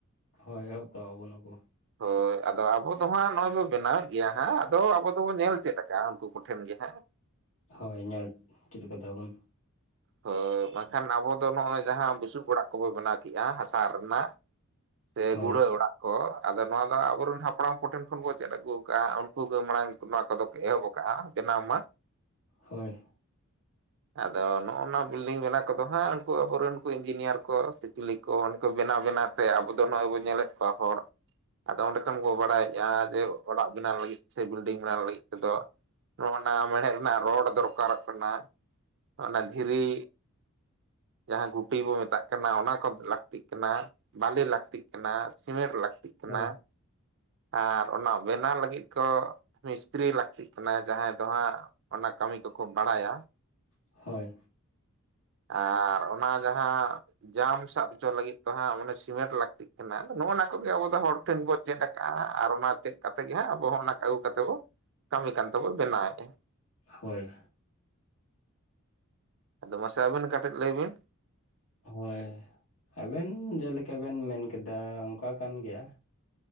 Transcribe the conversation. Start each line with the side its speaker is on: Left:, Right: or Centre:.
Left: ᱦᱳᱭ ᱮᱦᱚᱵ ᱠᱚᱣᱟ ᱵᱚ ᱱᱩᱠᱩ᱾
Right: ᱦᱳᱭ ᱟᱫᱚ ᱟᱵᱚ ᱫᱚ ᱦᱟᱸᱜ ᱱᱚᱣᱟ ᱫᱚ ᱵᱮᱱᱟᱣᱮᱫ ᱜᱮᱭᱟ ᱦᱟᱸᱜ ᱟᱫᱚ ᱟᱵᱚ ᱫᱚᱵᱚ ᱧᱮᱞ ᱪᱮᱫ ᱟᱠᱟᱜᱼᱟ ᱩᱱᱠᱩ ᱠᱚᱴᱷᱮᱱ ᱜᱮ ᱦᱟᱸᱜ᱾
Left: ᱦᱳᱭ ᱧᱮᱞ ᱪᱮᱫ ᱟᱠᱟ ᱫᱟ ᱵᱚᱱ᱾
Right: ᱦᱳᱭ ᱵᱟᱝᱠᱷᱟᱱ ᱟᱵᱚ ᱫᱚ ᱱᱚᱜᱼᱚᱭ ᱡᱟᱦᱟᱸ ᱵᱩᱥᱩᱵ ᱚᱲᱟᱜ ᱠᱚᱵᱚ ᱵᱮᱱᱟᱣ ᱠᱮᱫᱼᱟ ᱦᱟᱥᱟ ᱨᱮᱱᱟᱜ ᱥᱮ
Left: ᱦᱳᱭ
Right: ᱜᱩᱲᱦᱟᱹ ᱚᱲᱟᱜ, ᱦᱚ ᱟᱫᱚ ᱱᱚᱣᱟ ᱫᱚ ᱦᱟᱸᱜ ᱟᱵᱚᱨᱮᱱ ᱦᱟᱯᱲᱟᱢ ᱠᱚᱴᱷᱮᱱ ᱠᱷᱚᱱ ᱵᱚ ᱪᱮᱫ ᱟᱹᱜᱩ ᱟᱠᱟᱼᱟ ᱩᱱᱠᱩ ᱜᱮ ᱢᱟᱲᱟᱝ ᱱᱚᱣᱟ ᱠᱚᱫᱚ ᱠᱚ ᱮᱦᱚᱵ ᱟᱠᱟᱜᱼᱟ, ᱵᱮᱱᱟᱣ ᱢᱟ,
Left: ᱦᱳᱭ᱾
Right: ᱟᱜ ᱫᱚᱱ ᱱᱚᱜᱼᱚᱼᱱᱚᱣᱟ ᱵᱤᱞᱰᱤᱝ ᱵᱮᱱᱟᱣ ᱠᱚᱫᱚ ᱦᱟᱸᱜ ᱩᱱᱠᱩ ᱟᱵᱚᱨᱮᱱ ᱩᱱᱠᱩ ᱤᱧᱡᱤᱱᱤᱭᱟᱨ ᱠᱚ ᱥᱮ ᱪᱤᱞᱤ ᱠᱚ ᱩᱱᱠᱚ ᱵᱮᱱᱟᱣ ᱵᱮᱱᱟᱣ ᱥᱮ ᱟᱵᱚ ᱫᱚ ᱱᱚᱜᱼᱚᱸᱭ ᱵᱚ ᱧᱮᱞᱮᱫ ᱠᱚᱣᱟ ᱦᱚᱲ ᱟᱫᱚ ᱚᱸᱰᱮ ᱫᱚᱢ ᱜᱚᱜ ᱵᱟᱲᱟᱭᱮᱜᱼᱟ, ᱡᱮ ᱚᱲᱟᱜ ᱵᱮᱱᱟᱣ ᱞᱟᱹᱜᱤᱫ ᱥᱮ ᱵᱤᱞᱰᱤᱝ ᱵᱮᱱᱟᱣ ᱞᱟᱹᱜᱤᱫ ᱛᱮᱫᱚ ᱱᱚᱜᱼᱚᱼᱱᱟ ᱢᱮᱬᱦᱮᱫ ᱨᱮᱱᱟᱜ ᱨᱚᱰ ᱫᱚᱨᱠᱟᱨᱚᱜ ᱠᱟᱱᱟ, ᱚᱱᱟ ᱫᱷᱤᱨᱤ ᱡᱟᱦᱟᱸ ᱜᱩᱴᱤ ᱵᱚ ᱢᱮᱛᱟᱜ ᱠᱟᱱᱟ ᱚᱱᱟ ᱠᱚᱦᱚᱸ ᱞᱟᱹᱠᱛᱤᱜ ᱠᱟᱱᱟ, ᱵᱟᱞᱤ ᱞᱟᱹᱠᱛᱤᱜ ᱠᱟᱱᱟ ᱥᱤᱢᱮᱱᱴ ᱞᱟᱹᱠᱛᱤᱜ ᱠᱟᱱᱟ
Left: ᱦᱳᱭ
Right: ᱾ ᱟᱨ ᱚᱱᱟ ᱵᱮᱱᱟ ᱞᱟᱹᱜᱤᱫ ᱠᱚ ᱢᱤᱥᱛᱨᱤ ᱞᱟᱹᱠᱛᱤᱜ ᱠᱟᱱᱟ ᱡᱟᱦᱟᱸᱭ ᱫᱚ ᱦᱟᱸᱜ ᱚᱱᱟ ᱠᱟᱹᱢᱤ ᱠᱚᱠᱚ ᱵᱟᱲᱟᱭᱟ ᱾
Left: ᱦᱳᱭ᱾
Right: ᱟᱨ ᱚᱱᱟ ᱡᱟᱦᱟᱸ ᱡᱟᱢ ᱥᱟᱵ ᱦᱚᱪᱚ ᱞᱟᱹᱜᱤᱫ ᱫᱚ ᱦᱟᱸᱜ ᱢᱟᱱᱮ ᱥᱤᱢᱮᱱᱴ ᱞᱟᱹᱠᱛᱤᱜ ᱠᱟᱱᱟ ᱱᱚᱜᱼᱱᱚᱣᱟ ᱠᱚᱜᱮ ᱟᱵᱚ ᱫᱚ ᱦᱚᱲ ᱴᱷᱮᱱ ᱵᱚ ᱪᱮᱫ ᱠᱟᱜᱼᱟ ᱟᱨ ᱚᱱᱟ ᱪᱮᱜ ᱠᱟᱛᱮ ᱜᱮ ᱦᱟᱸᱜ ᱟᱵᱚ ᱦᱚᱸ ᱚᱱᱟ ᱠᱟᱹᱣ ᱠᱟᱛᱮ ᱵᱚ ᱠᱟᱹᱢᱤ ᱠᱟᱱ ᱛᱟᱵᱚ ᱵᱮᱱᱟᱣᱮᱫᱼᱟ ᱾
Left: ᱦᱳᱭ,
Right: ᱟᱫᱚ ᱢᱟᱥᱮ ᱟᱹᱵᱤᱱ ᱠᱟᱹᱴᱤᱡ ᱞᱟᱹᱭ ᱵᱤᱱ?
Left: ᱦᱳᱭ ᱟᱵᱮᱱ ᱡᱮᱞᱮᱠᱟ ᱵᱮᱱ ᱢᱮᱱ ᱠᱮᱫᱟ ᱚᱝᱠᱟ ᱠᱟᱱ ᱜᱮᱭᱟ ᱾